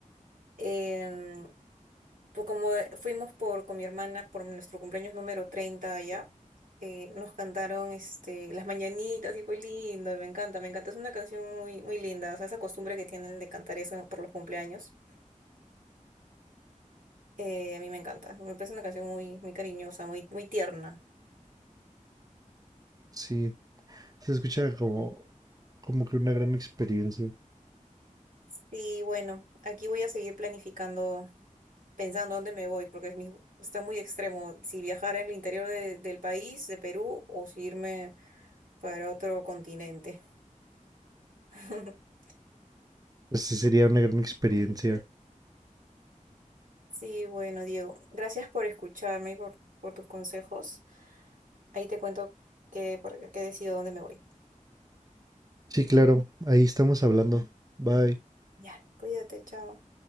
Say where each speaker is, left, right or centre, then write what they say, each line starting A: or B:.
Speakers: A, on the right; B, on the right.
A: Em, pues como eh, fuimos por, con mi hermana por nuestro cumpleaños número 30 allá, eh, nos cantaron este, Las Mañanitas y fue lindo, y me encanta, me encanta. Es una canción muy, muy linda, o sea, esa costumbre que tienen de cantar eso por los cumpleaños, eh, a mí me encanta. Me parece una canción muy, muy cariñosa, muy, muy tierna.
B: Sí. Se escucha como, como que una gran experiencia.
A: Sí, bueno, aquí voy a seguir planificando, pensando dónde me voy, porque es mi- está muy extremo si viajar al interior de- del país, de Perú, o si irme para otro continente. <laughs>
B: Pues Sí, sería una gran experiencia.
A: Sí, bueno, Diego, gracias por escucharme y por, por tus consejos. Ahí te cuento que, por, que decido dónde me voy.
B: Sí, claro, ahí estamos hablando. Bye.
A: Ya, cuídate, chao.